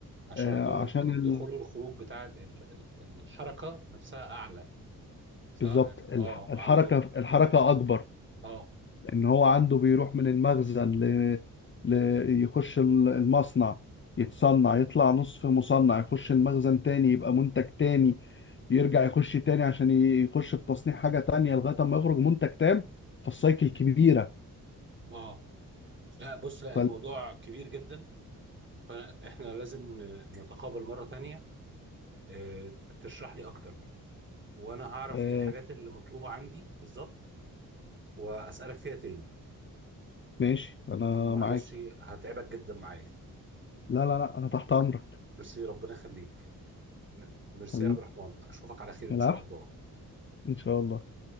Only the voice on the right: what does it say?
عشان
عندهم الد-
الدخول
والخروج بتاع ال- ال- الحركه نفسها اعلى سواء
اه
عنده
اه
اه لا بص لا
الموضوع كبير جدا فاحنا لازم نتقابل مرة تانية آه، تشرح لي اكتر وانا هعرف
ايه الحاجات اللي مطلوبة عندي بالظبط واسألك فيها تاني
معلش
هتعبك جدا معايا
ميرسي ربنا يخليك م- ميرسي
يا عبد الرحمن اشوفك على خير ان
شاء الله